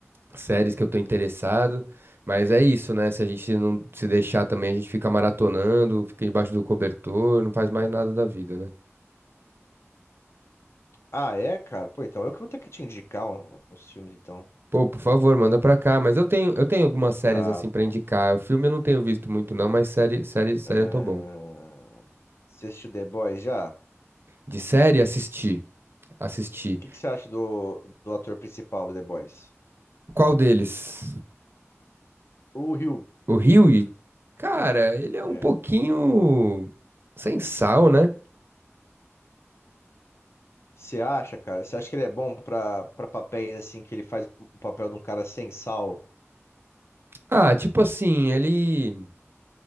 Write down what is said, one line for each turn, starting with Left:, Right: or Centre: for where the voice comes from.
Right: séries que eu tô interessado. Mas é isso, né? Se a gente não se deixar também, a gente fica maratonando, fica embaixo do cobertor, não faz mais nada da vida, né?
Left: Ah, é, cara? Pô, então eu que vou ter que te indicar um- uns filmes, então.
Right: Pô, por favor, manda pra cá. Mas eu tenho, eu tenho algumas séries
Left: Tá
Right: assim
Left: bom.
Right: pra indicar. O filme eu não tenho visto muito, não, mas série, série, série
Left: Ahn,
Right: eu tô bom.
Left: Você assistiu The Boys já? O
Right: De série, assisti. Assisti.
Left: que que você acha do, do ator principal do The Boys?
Right: Qual deles?
Left: O Rio.
Right: O Hughie? Cara, ele é um
Left: É.
Right: pouquinho sem sal, né?
Left: Você acha, cara? Você acha que ele é bom pra, pra papéis assim, que ele faz o papel de um cara sem sal?
Right: Ah, tipo assim, ele.